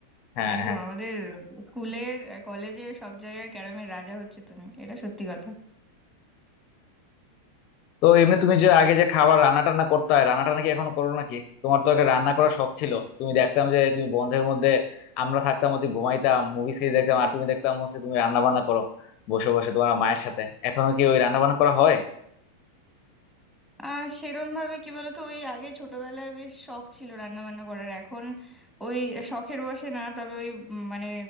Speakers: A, on the left (about 40°); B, in the centre.
A: হ্যাঁ
B: একদম
A: হ্যাঁ
B: আমাদের স্কুলের কলেজের সব জায়গার ক্যারমের রাজা হচ্ছে তুমি এটা সত্যি কথা
A: তো এমনি তুমি যে আগে যে খাবার রান্না টান্না করতে হয় রান্না টান্না কি এখন করো নাকি তোমার তো একটা রান্না করার শখ ছিল তুমি দেখতাম যে তুমি বন্ধের মধ্যে আমরা থাকতাম হচ্ছে ঘুমাইতাম মুভি সিরিজ দেখতাম আর তুমি দেখতাম হচ্ছে তুমি রান্না বান্না করো বসে বসে তোমার মায়ের সাথে এখনো কি ওই রান্না বান্না করা হয়
B: আহ সেরম ভাবে কি বলতো ওই আগে ছোটবেলায় বেশ শখ ছিল রান্না বান্না করার এখন ওই শখের বসে না তবে ওই উম মানে